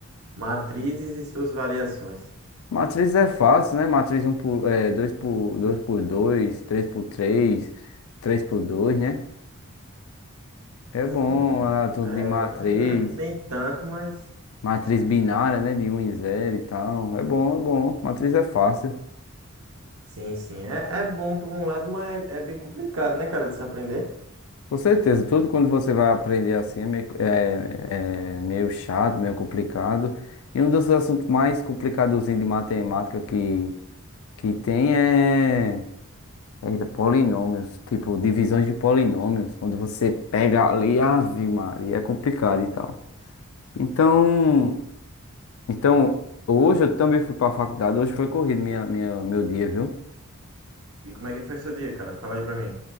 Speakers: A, on the right (about 70°); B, on the left (about 65°).
A: matrizes e suas variações.
B: Matriz é fácil, né? Matriz um por, é, 2 por dois por 2 3 por 3 3 por dois né? É
A: Sim,
B: bom, ah, tudo
A: é,
B: de matriz,
A: né, né, nem tanto, mas
B: matriz binária, né? De um e zero e tal. É bom, é bom. Matriz é fácil.
A: sim, sim. É, é bom por um lado, mas é bem complicado, né, cara, de se aprender.
B: Com certeza, tudo quando você vai aprender assim é meio, é- é meio chato, meio complicado. E um dos assuntos mais complicados de matemática que, que tem é, é polinômios, tipo divisões de polinômios, quando você pega ali, ave Maria, é complicado e tal. Então, então hoje eu também fui para a faculdade, hoje foi corrido minha, minha, meu dia, viu?
A: E como é que foi seu dia, cara? Fala aí pra mim.